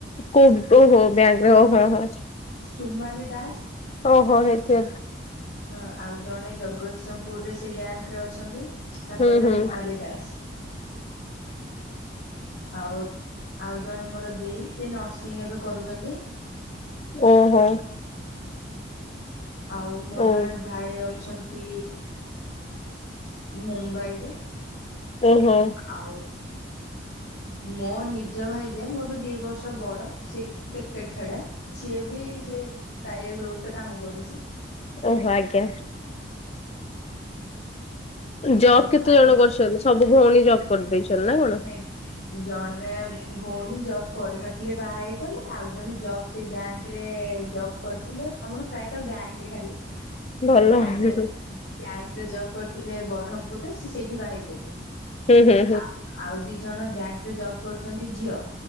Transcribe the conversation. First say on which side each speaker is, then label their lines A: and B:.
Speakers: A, on the left; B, on the left.
A: କୋଉ ଓହୋ ବ୍ୟାଙ୍କରେ ଓହୋ ହୋ।
B: ସୁମାଲି ଦାସ।
A: ଓହୋ ହେଇଥିବେ।
B: ହଁ ଆଉ ଜଣେ ଜଗତସିଂହପୁରରେ ସେ ବ୍ୟାଙ୍କରେ ଅଛନ୍ତି। ତାଙ୍କ
A: ହୁଁ
B: ନାଁ
A: ହୁଁ
B: ନିମାଲି ଦାସ। ଆଉ ଆଉ ଜଣେ ମୋର ଦେଇ ସିଏ ନର୍ସିଂ ଏବେ କରୁଛନ୍ତି।
A: ଓହୋ।
B: ଆଉ ମୋର
A: ଓ
B: ଜଣେ ଭାଇ ଅଛନ୍ତି ମୁମ୍ବାଇରେ।
A: ଓହୋ।
B: ଆଉ ମୋ ନିଜ ଭାଇ ଯେ ମୋଠୁ ଦିଇ ବର୍ଷ ବଡ଼ ସିଏ କ୍ରି କ୍ରିକେଟ ଖେଳେ। ସିଏ ବି ସେ କାରିଆ ଗ୍ରୁପରେ କାମ କରୁଛି।
A: ଓହୋ ଆଜ୍ଞା। ଜବ୍
B: ଆଉ
A: କେତେ
B: ଆପଣ
A: ଜଣ କରୁଛନ୍ତି ସବୁ ଭଉଣୀ ଜବ କରିଦେଇଛନ୍ତି ନା କଣ?
B: <unintelligible> ଜଣେ ଭଉଣୀ ଜବ୍ କରିନଥିଲେ ବାହା ହେଇ ପଇଲେ ଆଉ ଜଣେ ଜବ୍ ସେ ବ୍ୟାଙ୍କରେ ଜବ କରିଥିଲେ ଆମର ପ୍ରାଏତ ବ୍ୟାଙ୍କରେ ଖାଲି
A: ଭଲ
B: ବ୍ୟାଙ୍କ
A: ହୁଁ ହୁଁ।
B: ବ୍ୟାଙ୍କରେ ଜବ୍ କରିଥିଲେ ବରମ୍ ପୁରରେ ସେ ସେଇଠି ବାହାହେଇ ପଇଲେ
A: ହୁଁ ହୁଁ
B: ଆଉ ଆଉ ଦି ଜଣ ବ୍ୟାଙ୍କରେ ଜବ କରୁଛନ୍ତି ଝିଅ